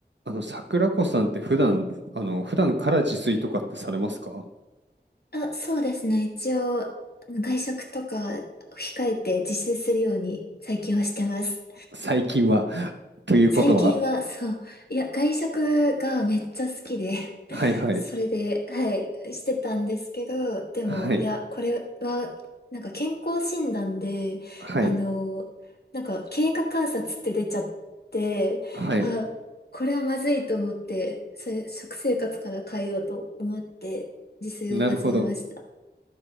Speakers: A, on the right (about 85°); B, on the left (about 60°).
A: あの、桜子さんって普段、あの、普段から自炊とかってされますか
B: あ、そうですね。一応、あの外食とか控えて自炊するように最近はしてます。
A: 最近は。<laughs> ということは、
B: 最近は、そう、いや、外食がめっちゃ好きで、
A: はいはい、
B: <laughs> それで、はい、してたんですけど、でも、
A: はい、
B: いや、これは、なんか健康診断で、
A: はい、
B: あの、なんか経過観察って出ちゃって、
A: はい。
B: あ、これはまずいと思って、それ、食生活から変えようと思って、自炊を始めました。
A: なるほど。